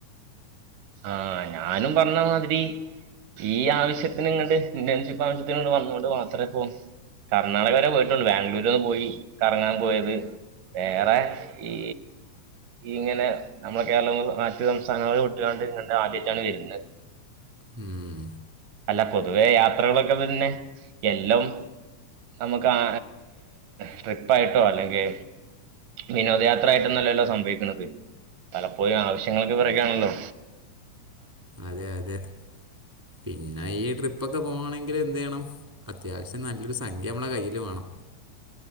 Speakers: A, on the right (about 80°); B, on the right (about 25°).
A: ആഹ് ഞാനും പറ്ഞ്ഞ മാതിരി ഈ ആവശ്യത്തിന് ഇങ്ങണ്ട് ഇന്റൺഷിപ്പ് ആവശ്യത്തിന്ണ്ട് വന്നോണ്ട് മാത്രേ പോ കർണാടക വരെ പോയിട്ടുണ്ട് ബാംഗ്ലൂരെന്ന് പോയി കറങ്ങാപോയത് വേറെ ഈ ഈങ്ങനെ നമ്മള കേരള മറ്റു സംസ്ഥാനങ്ങൾ വി ആണ്ട് ഇങ്ങണ്ട് ആദ്യറ്റാണ് വര്ന്നത്
B: ഉം
A: അല്ല പൊതുവേ യാത്രകളൊക്കെ പിന്നെ എല്ലം നമുക്ക് ആ ട്രിപ്പായിട്ടോ അല്ലെങ്കി വിനോദയാത്ര ആയിട്ടൊന്നല്ലല്ലോ സംഭവിക്കുന്നത് പലപ്പോഴും ആവശ്യങ്ങൾക്ക് പിറക്കേണല്ലോ
B: അതെ അതെ പിന്നെ ഈ ട്രിപ്പൊക്കെ പോവാണെങ്കിൽ എന്ത് യ്യണം അത്യാവിശ്യം നല്ലൊരു സംഖ്യ ഞമ്മള കയ്യ്ൽ വാണം